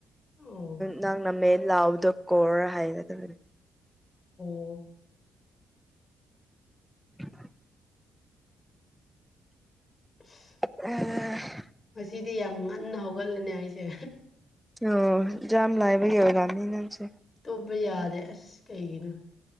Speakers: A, on the left; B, in the centre.
A: ꯑꯣ
B: ꯅꯪꯅ ꯃꯦꯟ ꯂꯥꯎꯕꯗꯣ ꯀꯣꯔ ꯍꯥꯏꯒꯗꯕꯅꯤ
A: ꯑꯣ
B: <inaudible>
A: <inaudible>
B: <inaudible>
A: ꯉꯗꯤ ꯌꯥꯝ ꯉꯟꯅ ꯍꯧꯒꯠꯂꯅꯦ ꯑꯩꯁꯦ
B: ꯑꯣ ꯌꯥꯝꯝ ꯂꯥꯛꯑꯕ ꯌꯥ ꯉꯃꯤ ꯅꯁꯦ
A: ꯇꯨꯝꯕ ꯌꯥꯗꯦ ꯑꯁ ꯀꯩꯒꯤꯅꯣ